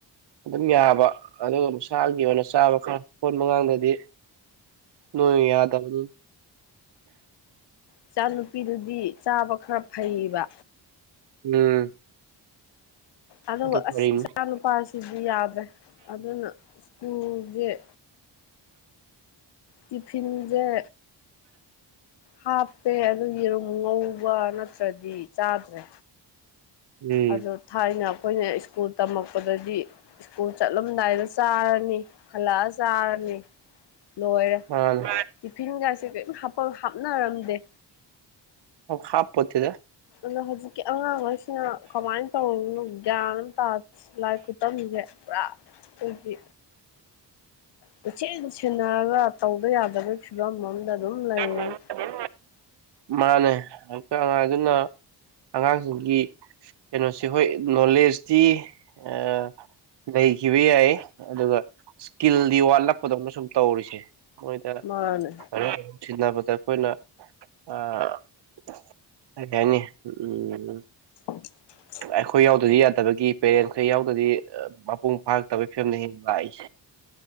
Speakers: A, on the right; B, on the left.
A: ꯑꯗꯨꯝ ꯌꯥꯕ ꯑꯗꯨꯒ ꯃꯁꯥꯒꯤ ꯑꯣꯏꯅ ꯆꯥꯕ ꯈꯔ ꯁꯣꯟꯕ ꯑꯉꯥꯡꯗꯗꯤ ꯅꯣꯏꯌꯨ ꯌꯥꯗꯕꯅꯤꯟ
B: ꯏꯆꯥ ꯅꯨꯨꯄꯤꯗꯨꯗꯤ ꯆꯥꯕ ꯈꯔ ꯐꯩꯕ
A: ꯎꯝ
B: ꯑꯗꯨꯒ
A: ꯑꯗꯨ ꯐꯔꯤꯅꯤ
B: ꯑꯁ ꯏꯆꯥ ꯅꯨꯨꯄꯥꯁꯤꯗꯤ ꯌꯥꯗ꯭ꯔꯦ ꯑꯗꯨꯅ ꯁ꯭ꯀꯨꯜꯖ‌ꯦ ꯇꯤꯐꯤꯟꯖ‌ꯦ ꯍꯥꯞꯄꯦ ꯑꯗꯨ ꯌꯦꯔꯨꯝ ꯉꯧꯕ ꯅꯠꯇ꯭ꯔꯗꯤ ꯆꯥꯗ꯭ꯔꯦ
A: ꯎꯝ
B: ꯑꯗꯣ ꯊꯥꯏꯅ ꯑꯈꯣꯏꯅ ꯁ꯭ꯀꯨꯜ ꯇꯝꯃꯛꯄꯗꯗꯤ ꯁ꯭ꯀꯨꯜ ꯆꯠꯂꯝꯗꯥꯏꯗ ꯆꯥꯔꯅꯤ ꯍꯜꯂꯛꯑ ꯆꯥꯔꯅꯤ ꯂꯣꯏꯔꯦ
A: ꯃꯥꯅꯦ
B: ꯇꯤꯐꯤꯟꯒꯥꯁꯦ ꯀꯩꯝ ꯍꯥꯞꯄ ꯍꯥꯞꯅꯔꯝꯗꯦ
A: ꯑꯣ ꯍꯥꯞꯄꯣꯠꯇꯦꯗ
B: ꯑꯗꯣ ꯍꯧꯖꯤꯛꯀꯤ ꯑꯉꯥꯡꯉꯩꯁꯤꯅ ꯀꯃꯥꯏꯟ ꯇꯧꯏꯅ‌ꯣ ꯒ꯭ꯌꯥꯟ ꯑꯝ ꯇꯥ <unintelligible> ꯂꯥꯏꯔꯤꯛ ꯈꯨꯇꯝ <unintelligible> ꯄꯨꯔꯥ ꯈꯣꯏꯒꯤ ꯀꯣꯏꯁꯦꯟ ꯁꯦꯟꯅꯔꯒ ꯇꯧꯗ ꯌꯥꯗꯕꯩ ꯐꯤꯕꯝ ꯑꯝꯗ ꯑꯗꯨꯝ
A: <inaudible>
B: ꯂꯩꯌꯦ
A: ꯃꯥꯅꯦ <inaudible> ꯑꯉꯥꯡꯗꯨꯅ ꯑꯉꯥꯡꯁꯤꯡꯒꯤ ꯀꯩꯅꯣꯁ‌ꯦ ꯍꯣꯏ ꯅꯣꯂꯦꯖꯇꯤ ꯑꯥ ꯂꯩꯈꯤꯕ ꯌꯥꯏ ꯑꯗꯨꯒ ꯏꯁꯀꯤꯜꯗꯤ ꯋꯥꯠꯂꯛꯄꯗꯧꯅ ꯁꯨꯝ ꯇꯧꯔꯤꯁꯦ ꯃꯣꯏꯗ
B: ꯃꯥꯅꯦ
A: <unintelligible> ꯊꯤꯟꯅꯕꯗ ꯑꯈꯣꯏꯅ ꯑꯥ <unintelligible> ꯅꯤ ꯎꯝ
B: <inaudible>
A: ꯑꯩꯈꯣꯏ ꯌꯥꯎꯗꯗꯤ ꯌꯥꯗꯕꯒꯤ ꯄꯦꯔꯦꯟꯁ ꯈꯔ ꯌꯥꯎꯗꯗꯤ ꯑ ꯃꯄꯨꯡ ꯐꯥꯔꯛꯇꯕꯩ ꯐꯤꯕꯝꯅ‌ꯦ ꯍꯦꯟꯅ ꯂꯥꯛꯏꯁ <unintelligible>